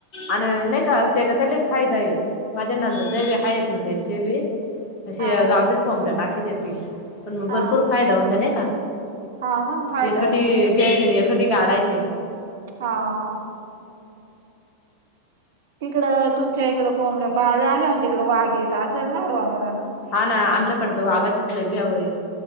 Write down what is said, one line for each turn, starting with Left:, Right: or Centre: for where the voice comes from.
Left: आणि नाही का त्याचा त्याला फायदा आहे माझ्या नंदाचे बी हा येत ना त्यांचे बी
Right: हा
Left: अ गवटीच पामबल्या टाकीती पण मग
Right: हा
Left: भरपूर फायदा होता नाही का
Right: हा मग फायदा
Left: एखटी
Right: होतोय ना
Left: घ्यायचे आणि एखटी का काढायचे
Right: हा तिकडं तुमच्या इकडं कोंबड्या पाल्या आहे मग तिकडे वाघ येत असेल नाड वांगरा ना
Left: हा ना आमच्याकडे तर वाघाचीच लबी हवंय